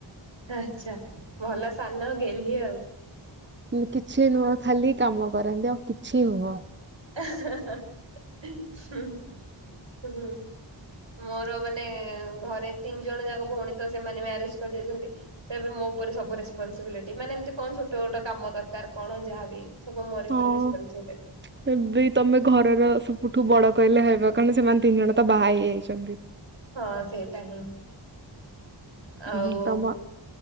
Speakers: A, on the right; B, on the right.
A: ଆଚ୍ଛା, ଭଲ ସାନ ଗେହ୍ଲି ଆଉ।
B: ଉଁ, କିଛି ନୁହଁ ଖାଲି କାମ କରନ୍ତି ଆଉ କିଛି ନୁହଁ।
A: ହୁଁ, ହୁଁ। ମୋର ମାନେ ଘରେ ତିନି ଜଣ ଯାକ ଭଉଣୀ ତ ସେମାନେ ମ୍ୟାରେଜ୍ କରିଯାଇଛନ୍ତି। ଏବେ ମୋ ଉପରେ ସବୁ ରେସପନ୍ସବିଲିଟି ମାନେ ଏମିତି କଣ ଛୋଟ ମୋଟ କାମ ଦରକାର କଣ ଯାହାବି। ସବୁ ମୋରି
B: ହଁ
A: ଉପରେ ରେସପନ୍ସବିଲିଟି।
B: ଏବେ ତୋମେ ଘରର ସବୁଠୁ ବଡ କହିଲେ ହେବ କାରଣ ସେମାନେ ତିନି ଜଣ ତ ବାହା ହେଇଯାଇଛନ୍ତି।
A: ହଁ ସେଇଟା ହିଁ ଆଉ
B: ହୁଁ, ତମ